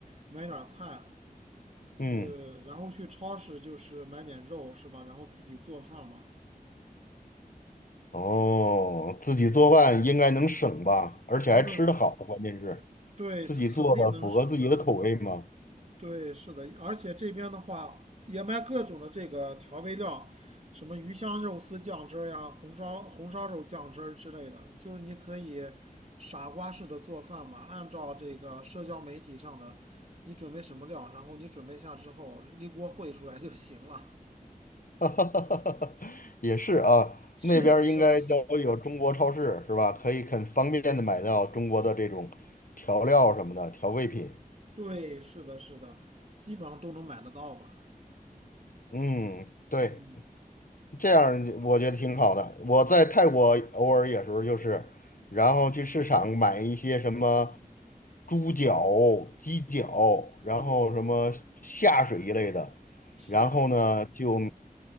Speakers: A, on the right; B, on the left.
A: 买点儿菜，
B: 嗯，
A: 呃，然后去超市就是买点肉是吧？然后自己做饭嘛。
B: 哦，自己做饭应该能省吧，而且还吃得好，
A: 那
B: 关键是
A: 对，
B: 自己做的符合自己的口味吗？
A: 肯定能省的。对，是的，而且这边的话也卖各种的这个调味料，什么鱼香肉丝酱汁儿呀、红烧红烧肉酱汁儿之类的，就是你可以傻瓜式的做饭嘛，按照这个社交媒体上的，你准备什么料，然后你准备下之后一锅烩出来就行了。
B: <laughs> 哈哈哈哈也是啊，
A: <laughs> 是的，
B: 那边儿应该都有中国超市是吧？
A: 是的，
B: 可以很方便的买到中国的这种调料什么的调味品。
A: 对，是的，是的，基本上都能买得到吧。
B: 嗯，对。
A: 嗯
B: 这样我觉得挺好的。我在泰国偶尔有时候就是，然后去市场买一些什么猪脚、鸡脚，然后什么下水一类的，
A: 嗯，是啊，
B: 然后呢就